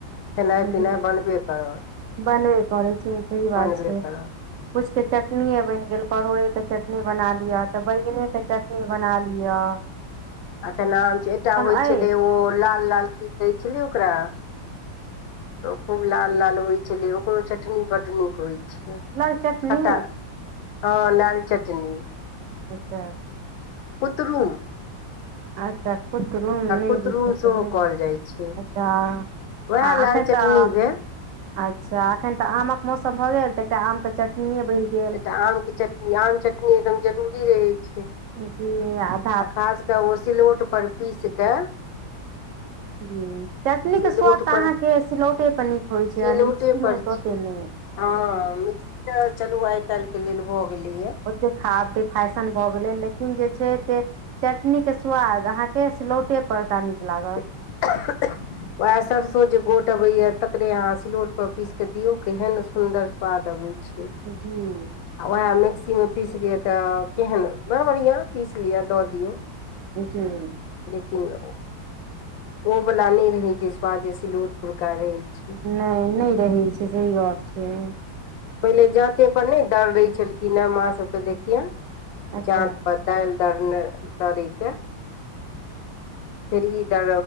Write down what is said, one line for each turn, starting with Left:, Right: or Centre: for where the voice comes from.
Left: खेनाइ पिनाइ
Right: जी
Left: बनबे करत
Right: बने परै छै ओ सही बात
Left: बनबे
Right: छै
Left: करत
Right: कुछ के चटनीे बन गेल परोड़े के चटनी बना लिया ते बैगने के चटनी बना लिये किया
Left: अखेन एकटा होइ
Right: अछि
Left: छलै ओ लाल लाल की कहै छलै ओकरा खूब लाल लाल होइ छलै ओकरो चटनी बड्ड नीक होइ छै
Right: लाल चटनी
Left: खट्टा हँ लाल चटनी
Right: अच्छा
Left: पूतरूप
Right: अच्छा कूत रूम नहि
Left: कुतरुम
Right: बुझैत
Left: सेहो
Right: रहै
Left: कहल जाइ छै
Right: अच्छा
Left: वएह
Right: आ
Left: लाल
Right: अखेन
Left: चटनी
Right: तऽ
Left: भेल
Right: अच्छा अखन तऽ आमक मौसम भऽ गेल तऽ एकटा आम के चटनीे बनेतिये
Left: एकटा आमके चटनी आम चटनी एकदम जरूरी रहै छै
Right: हुँ आब
Left: खास कऽ ओ सिलौटपर पीस कऽ
Right: जी चटनीके
Left: सिलौट
Right: स्वाद तऽ
Left: पर
Right: अहाँके सिलौटे पर नीक होइत छै
Left: सिलौटे
Right: आन मिक्सीमे
Left: पर
Right: तऽ
Left: छै
Right: ओते नहि
Left: हँ
Right: जी
Left: मिक्सीम चलू आइ काल्हि के लेल भऽ गेली हे
Right: ओ <unintelligible> देखब फैशन भऽ गेलै लेकिन जे छै से चटनीके स्वाद अहाँके सिलौटे पर का नीक लागत
Left: वएह सरसो जे गोट अबे या तकरे अहाँ सिलौट पर पीस के दियऔ केहन सुन्दर स्वाद अबै छै
Right: जी
Left: आ उएह मिक्सीमे पीसि लिअ तऽ केहन बड़ बढ़िआँ पीसि लिअ दऽ दियौ
Right: जी
Left: लेकिन ओ वाला नहि रहे जे स्वादस सीलूट परका रहे छै
Right: नहि नहि रहै छै सही बात छैये
Left: पहिले जाते पर नहि दररे छलखिन ह हमह सबके देखिये
Right: अच्छा
Left: जात पर दाल दरने दड़ी के खेरही द